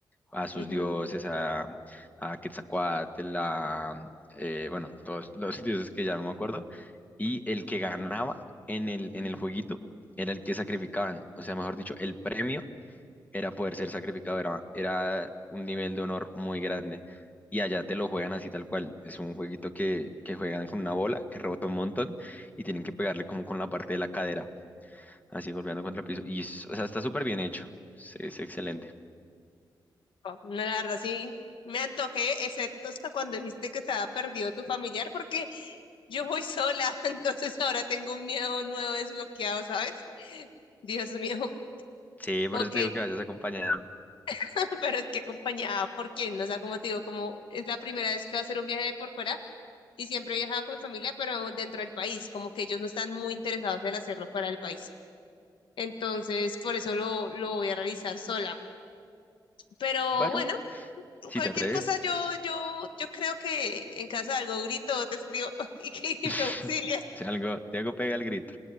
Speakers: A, on the left; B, on the left.
A: A sus
B: ujú.
A: dioses, a, a Quetzalcóatl, a, eh, bueno, todos los <laughs> dioses que ya no me acuerdo, y el que ganaba en el, en el jueguito era el que sacrificaban, o sea, mejor dicho, el premio era poder ser sacrificado, era, era un nivel de honor muy grande. Y allá te lo juegan así tal cual. Es un jueguito que, que juegan con una bola que rebota un montón y tienen que pegarle como con la parte de la cadera Así golpeando contra el piso. Y, es- o sea, está súper bien hecho. Sí, es excelente.
B: Oh, no, la verdad sí, me antojé, excepto hasta cuando dijiste que estaba perdido tu familiar, porque yo voy sola, <laughs> entonces ahora tengo un miedo nuevo desbloqueado, ¿sabes? Dios mío.
A: Sí, por
B: Ok,
A: eso te digo que vayas acompañado.
B: <laughs> pero es que acompañada por quién, o sea, como te digo, como es la primera vez que va a hacer un viaje de por fuera y siempre he viajado con mi familia, pero dentro del país, como que ellos no están muy interesados en hacerlo fuera del país. Entonces, por eso lo, lo voy a realizar sola. Pero
A: Bueno,
B: bueno,
A: si
B: cualquier
A: te atreves.
B: cosa yo, yo, yo creo que en casa algo grito, te escribo <laughs> y, que
A: <laughs>
B: me auxilia.
A: Si algo, si algo pega el grito.